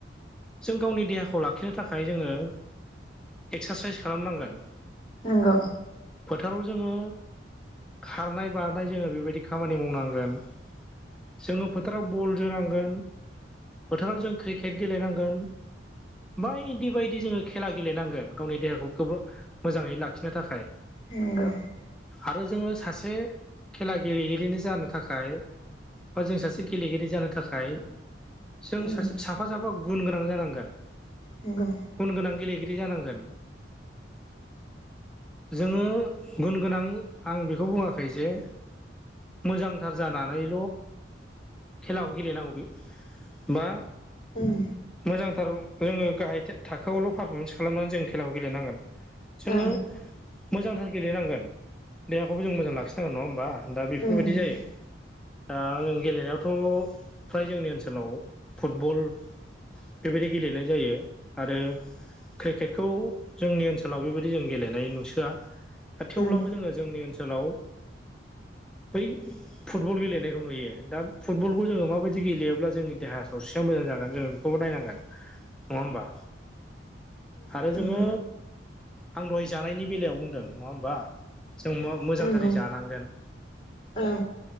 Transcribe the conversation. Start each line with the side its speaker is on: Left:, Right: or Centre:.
Centre: जों गावनि देहाखौ लाखिनो थाखाय जोङो एक्सा सायस खालाम नांगोन।
Left: नंगौ।
Centre: फोथाराव जोङो खारनाय बारनाय जोङो बेबायदि खामानि मावनांगोन। जोङो फोथाराव बल जोनांगोन। फोथाराव जों क्रिकेट गेलेनांगोन। बायदि बायदि जोङो खेला गेलेनांगोन गावनि देहाखोखौबो मोजाङै लाखिनो थाखाय।
Left: नोंगौ।
Centre: आरो जोङो सासे खेला गेलेगिरिनि जानो थाखाय बा जों सासे गेलेगिरि जानो थाखाय जों
Left: उम
Centre: सासे साफा साफा गुन गोनां जानांगोन।
Left: नंगौ
Centre: गुन गोनां गेलेगिरि जानांगोन। जोङो गुन गोनां आं बेखौ बुङाखै जे मोजांथार जानानैल' खेलाखौ गेलेनांगौ बे बा
Left: उम
Centre: मोजांथार जोङो गाहाय था-थाखोआवल' पारफरमेन्स खालामनानै जों खेलाखौ गेलेनांगोन। जोङो
Left: औ
Centre: मोजांथार गेलेनांगोन देहाखौबो जों मोजां लाखिनांगोन नङा होमबा? दा बेफोरबायदि
Left: उम
Centre: जायो। दा आं गेलेनायावथ' फ्राय जोंनि ओनसोलाव फुट बल बेबायदि गेलेनाय जायो। आरो क्रिकेटखौ जोंनि ओनसोलाव बेबायदि जों गेलेनाय नुसोआ। दा थेवब्लाबो
Left: उम
Centre: जोङो जोंनि ओनसोलाव बै फुटबल गेलेनायखौ नुयो। दा फुटबलखौ जोङो माबायदि गेलेयोब्ला जोंनि देहाया सावस्रिया मोजां जागोन। जोङो खौबो नायनांगोन नङा होमबा? आरो जोङो
Left: उम
Centre: आं दहाय जानायनि बेलायाव बुंदों। नङा होमबा? जों मुवा मोजांथारै
Left: नंगौ
Centre: जानांगोन।
Left: औ